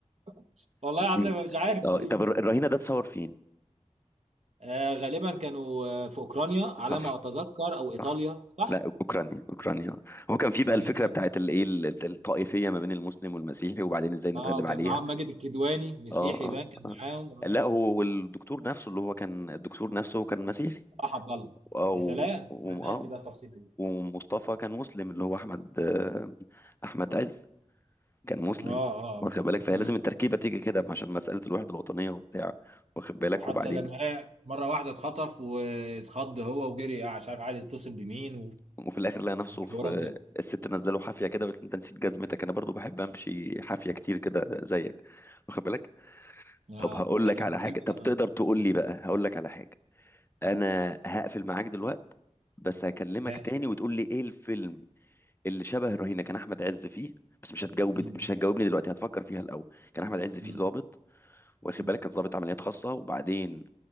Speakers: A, on the right; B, on the left.
A: <laughs> والله العظيم
B: مم.
A: أنا مش عارف
B: اه
A: في ايه
B: طب
A: والله
B: الر- الرهينه ده اتصور فين
A: آه غالبا كانوا آه، في اوكرانيا على
B: صح
A: ما اتذكر او
B: صح
A: ايطاليا صح
B: لا اوكرانيا اوكرانيا هو كان في
A: اوكرانيا
B: بقى الفكره
A: بلد
B: بتاعت الايه الطائفيه ما بين المسلم والمسيحي وبعدين ازاي نتغلب
A: اه وكان
B: عليها
A: معاهم ماجد الكدواني مسيحي
B: اه اه
A: بقى كان
B: اه
A: معاهم اه
B: لا هو والدكتور نفسه اللي هو كان الدكتور نفسه كان مسيحي
A: صح عبد الله
B: اه ومص-
A: يا سلام
B: وم-
A: انا
B: آه،
A: ناسي بقى التفصيله دي
B: ومصطفى كان مسلم اللي هو احمد آه، احمد عز كان مسلم
A: اه اه
B: واخد بالك فهي
A: امم
B: لازم التركيبه تيجي كده عشان مساله الوحده الوطنيه وبتاع واخد بالك
A: وحتى
B: وبعدين
A: لما آه، مره واحده اتخطف واتخض هو وجري آه مش عارف عايز يتصل بمين
B: وفي الاخر لقى نفسه
A: والحوارات
B: في
A: دي
B: الست نازله له حافيه كده وقالت له، انت نسيت جزمتك انا برضو بحب امشي حافيه كتير كده زيك واخد بالك
A: اه
B: طب هقول
A: ده
B: لك
A: كان
B: على
A: في فيلم
B: حاجه طب
A: اه
B: تقدر تقول
A: مم.
B: لي بقى هقول لك على حاجه انا
A: مم.
B: هقفل معاك دلوقتي بس هكلمك
A: ماشي
B: تاني وتقول لي ايه الفيلم اللي شبه الرهينه كان احمد عز فيه بس مش هتجاوب
A: مم.
B: مش هتجاوبني دلوقتي هتفكر فيها الاول كان احمد عز فيه
A: مم.
B: ضابط واخد
A: مم.
B: بالك كان ضابط عمليات خاصه وبعدين